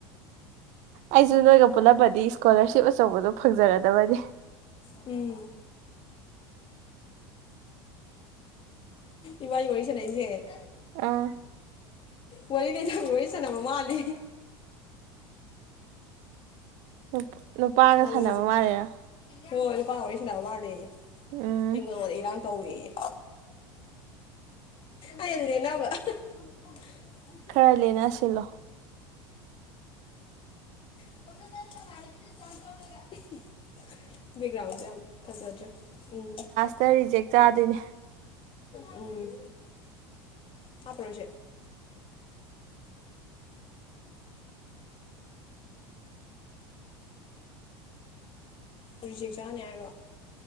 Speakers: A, on the right (about 55°); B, on the left (about 35°).
A: ꯑꯩꯁꯨ ꯅꯣꯏꯒ ꯄꯨꯜꯂꯝꯃꯗꯤ ꯏꯁꯀꯣꯂꯔꯁꯤꯞ ꯑꯆꯧꯕꯗꯣ ꯐꯪꯖꯔꯗꯕꯅꯤ
B: ꯄꯤ <unintelligible> ꯏꯕꯥꯏꯅꯤ ꯋꯥꯔꯤ ꯁꯥꯟꯅꯩꯁ‌ꯦ
A: ꯑꯥ
B: ꯋꯥꯔꯤ ꯂꯩꯅꯕ ꯋꯥꯔꯤ ꯁꯥꯟꯅꯕ ꯃꯥꯜꯂꯤ
A: ꯅꯨ ꯅꯨꯄꯥꯒ
B: ꯅꯪ
A: ꯁꯥꯟꯅꯕ ꯃꯥꯜꯂꯤꯔ‌ꯣ
B: ꯍꯣꯏ ꯅꯨꯄꯥ ꯋꯥꯔꯤ ꯁꯥꯅꯕ ꯃꯥꯜꯂꯦꯌ‌ꯦ
A: ꯎꯝ
B: ꯑꯩ ꯅꯉꯣꯟꯗ ꯏꯔꯥꯡ ꯇꯧꯔ‌ꯦꯌꯦ ꯑꯩꯅꯥ ꯂꯦꯟꯅꯕ <unintelligible>
A: ꯈꯔ ꯂꯦꯟꯅꯁꯤꯜꯂꯣ
B: <unintelligible> ꯕꯦꯛꯒ꯭ꯔꯥꯎꯟꯁꯦ ꯌꯥꯝ ꯐꯖꯗ꯭ꯔꯦ ꯎꯝ
A: ꯇ ꯔꯤꯖꯦꯛ ꯆꯥꯗꯣꯏꯅꯦ
B: ꯎꯝ ꯍꯥꯞꯄꯔꯣꯏꯁꯦ ꯍꯧꯖꯤꯛ ꯆꯥꯅꯦ ꯍꯥꯏꯔꯣ